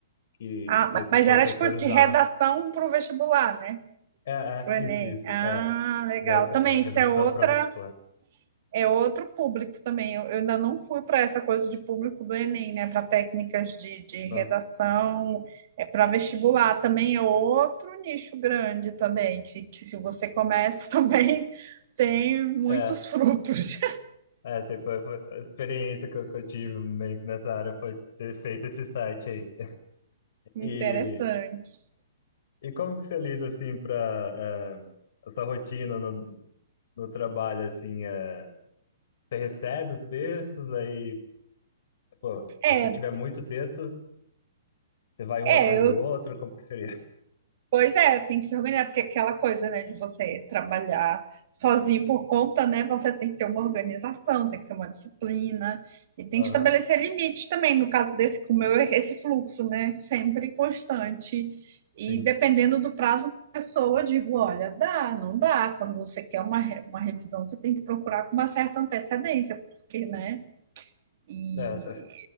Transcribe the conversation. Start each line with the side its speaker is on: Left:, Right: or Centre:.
Left: que,
Right: ah,
Left: que
Right: ma-
Left: esses
Right: mas
Left: professores
Right: era tipo de
Left: davam.
Right: redação para o vestibular, né?
Left: É, é,
Right: Pro
Left: isso,
Right: Enem.
Left: isso,
Right: Ah,
Left: é.
Right: legal.
Left: Exato,
Right: Também
Left: é, redação
Right: isso é outra.
Left: para vestibular.
Right: É outro público também. Eu, eu ainda não fui para essa coisa de público do Enem, né? Para técnicas de, de
Left: Não.
Right: redação, é para vestibular também é outro nicho grande também, que, que se você começa <laughs> também tem muitos
Left: É,
Right: frutos.
Left: é, assim, foi, foi a experiência que eu, que eu tive meio que nessa área foi ter feito esse site aí.
Right: <laughs> Interessante.
Left: E, e como que você lida, assim, para essa rotina no, no trabalho, assim, é, você recebe os textos, aí, pô, se
Right: É,
Left: você tiver muito texto, você vai
Right: é,
Left: um atrás
Right: eu,
Left: do outro, como que seria?
Right: Pois é, tem que se organizar, porque aquela coisa, né, de você trabalhar sozinho por conta, né, você tem que ter uma organização, tem que ter uma disciplina e tem
Left: Aham,
Right: que estabelecer limites também. No caso desse, como eu, esse fluxo, né, sempre constante
Left: sim.
Right: e dependendo do prazo da pessoa, eu digo, olha, dá, não dá. Quando você quer uma, re- uma revisão, você tem que procurar com uma certa antecedência, porque, né, e
Left: É, essa-